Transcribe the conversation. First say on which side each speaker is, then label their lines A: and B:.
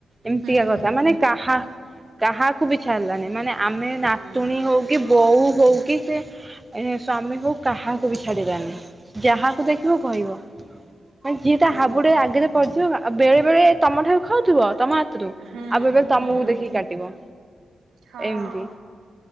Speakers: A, on the right; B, on the right.
A: ଏମିତିକା
B: ହୁଁ ହୁଁ
A: କଥା ମାନେ କାହା କାହାକୁ ବି ଛାଡ଼ିଲାନି ମାନେ ଆମେ ନାତୁଣୀ
B: ହୁଁ
A: ହଉ କି ବୋଉ ହଉ କି ସେ। ଏଇନେ ସ୍ଵାମୀ ହଉ କାହାକୁ ବି ଛାଡିଲାନି ଯାହାକୁ ଦେଖିବ କହିବ। ମାନେ ଯିଏ
B: ହୁଁ
A: ତା ହାବୁଡେ ଆଗରେ ପଡିଯିବ ଆ ଆଉ ବେଳେ ବେଳେ ତମଠାରୁ ଖାଉଥିବ ତମ ହା ଆଉ
B: ହୁଁ ହୁଁ
A: ବେ ବେ ତମକୁ
B: ହୁଁ
A: ଦେଖିକି କାଟିବ
B: ହଁ
A: ଏମିତି